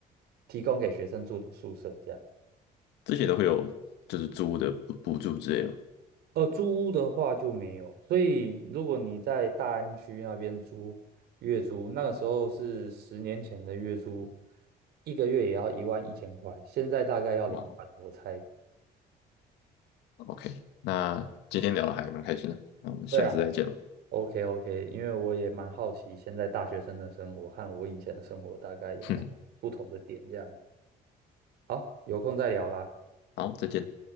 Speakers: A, on the right; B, on the left.
A: 提供给学生住的宿舍这样。
B: 这些都会有就是租屋的补补助之类的吗
A: 呃，租屋的话就没有，所以如果你在大安区那边租月租，那个时候是十年前的月租，一个月也要一万一千块，现在大概要两万，
B: 哇，
A: 我猜。
B: OK，那今天聊的还蛮开心的，那我们下次再见了，
A: 对啊，OK OK，因为我也蛮好奇现在大学生的生活和我以前的生活大概有哪不同的点，
B: <laughs> 哼
A: 这样。好，有空再聊啦。
B: 好，再见。